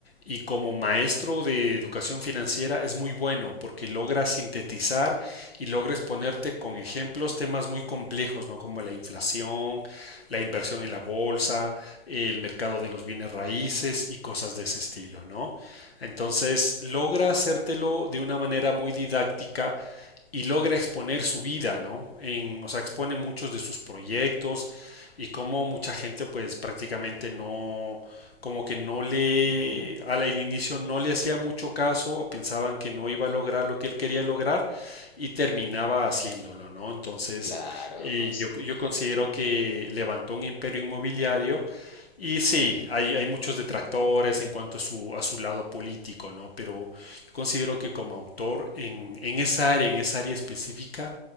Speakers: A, on the left; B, on the left.
A: y como maestro de educación financiera es muy bueno porque logra sintetizar y logra exponerte con ejemplos temas muy complejos, ¿no? Como la inflación, la inversión en la bolsa, el mercado de los bienes raíces y cosas de ese estilo, ¿no? Entonces, entonces logra hacértelo de una manera muy didáctica y logra exponer su vida, ¿no? En, o sea, expone muchos de sus proyectos y cómo mucha gente pues prácticamente no, como que no le,
B: Ujú,
A: al inicio no le hacía mucho caso o pensaban que no iba a lograr lo que él quería lograr y terminaba haciéndolo, ¿no? Entonces,
B: Claro,
A: eh,
B: no, sí.
A: yo, yo considero que levantó un imperio inmobiliario y sí, hay, hay muchos detractores en cuanto a su, a su lado político, ¿no? Pero yo considero que como autor en, en esa área, en esa área específica,